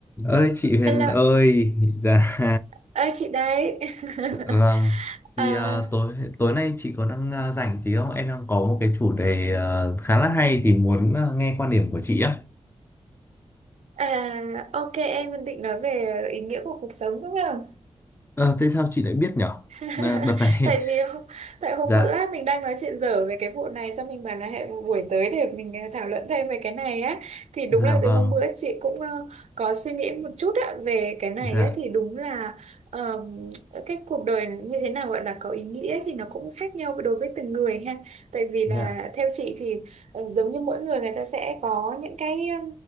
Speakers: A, on the left (about 20°); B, on the right (about 70°).
A: ơi chị Huyền
B: Hello,
A: ơi <laughs> dạ
B: ơi chị đấy. <laughs>
A: vâng thì
B: à,
A: ờ, tối tối nay chị có đang ờ, rảnh tí không em đang có một cái chủ đề ờ, khá là hay thì muốn ờ, nghe quan điểm của chị á
B: à, ok em định nói về ý nghĩa của cuộc sống đúng không?
A: Ờ, thế sao chị lại biết nhở
B: <laughs>
A: Là đợt này
B: tại
A: <laughs>
B: vì hôm- tại hôm
A: dạ
B: bữa á, mình đang nói chuyện dở về cái vụ này xong mình bảo là hẹn một buổi tới để mình ờ, thảo luận thêm về cái này á thì đúng
A: dạ
B: là
A: vâng
B: từ hôm bữa chị cũng ờ, có suy nghĩ một chút á, về cái này
A: dạ
B: á thì đúng là ờm, cái cuộc đời như thế nào gọi là có ý nghĩa thì nó cũng khác nhau đối với từng người ha tại vì
A: dạ
B: là theo chị thì ờ, giống như mỗi người người ta sẽ có những cái ờ,